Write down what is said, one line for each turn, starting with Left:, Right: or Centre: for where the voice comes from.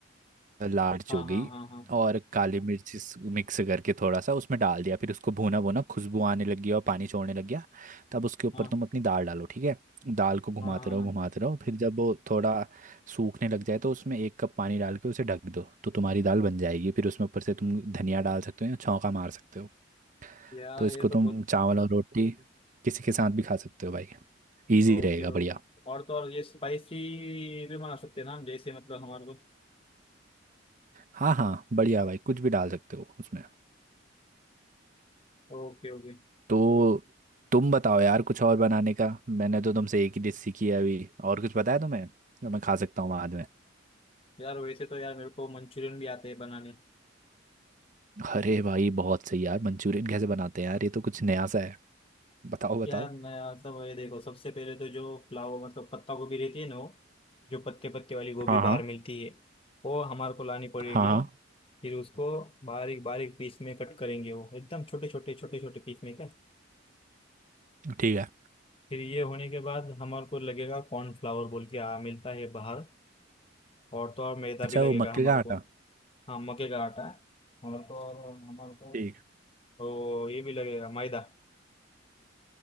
Right: लार्ज
Left: हाँ
Right: हो गई
Left: हाँ हाँ हाँ
Right: और काली मिर्च मिक्स करके थोड़ा सा उसमें डाल दिया फिर उसको भूना भूना खुशबू आने लगी और पानी छोड़ने लग गया तब उसके ऊपर
Left: हाँ हाँ
Right: तुम अपनी दाल डालो ठीक है दाल को घुमाते
Left: हाँ हाँ
Right: रहो घुमाते रहो फिर जब वो थोड़ा सूखने लग जाए तो उसमें एक कप पानी डाल के उसे ढक दो तो तुम्हारी दाल बन जाएगी फिर उसमें ऊपर से तुम धनिया डाल सकते हो या छौंका मार सकते हो
Left: यार
Right: तो इसको
Left: ये तो
Right: तुम
Left: बहुत
Right: चावल और रोटी किसी के साथ भी खा सकते हो भाई इजी
Left: Okay
Right: रहेगा बढ़िया
Left: okay और तो और ये स्पाइसी भी बना सकते हैं ना हम जैसे मतलब हमारे को
Right: हाँ हाँ बढ़िया भाई कुछ भी डाल सकते हो उसमें
Left: Okay okay
Right: तो तुम बताओ यार कुछ और बनाने का मैंने तो तुमसे एक ही डिश सीखी है अभी और कुछ बताया तुम्हें जो मैं खा सकता हूँ बाद में
Left: यार वैसे तो यार मेरे को मंचूरियन भी आते हैं बनाने
Right: अरे भाई बहुत सही यार मंचूरियन कैसे बनाते हैं यार ये तो कुछ नया सा है बताओ बताओ
Left: यार मैं मतलब ये देखो सबसे पहले तो जो फ्लावर मतलब पत्ता गोभी रहती है ना वो जो पत्ते पत्ते वाली गोभी
Right: हाँ हाँ
Left: बाहर मिलती है वो हमारे को लानी पड़ेगी
Right: हाँ हाँ
Left: फिर उसको बारीक बारीक पीस में कट करेंगे वो एकदम छोटे छोटे छोटे छोटे पीस में कट
Right: ठीक है
Left: फिर ये होने के बाद हमारे को लगेगा कॉर्नफ्लावर बोल के आ मिलता है बाहर और तो और मैदा
Right: अच्छा
Left: भी लगेगा
Right: वो मक्के
Left: हमारे
Right: का आटा
Left: को हाँ मक्के का आटा है और तो और हमारे को
Right: ठीक
Left: तो ये भी लगेगा मैदा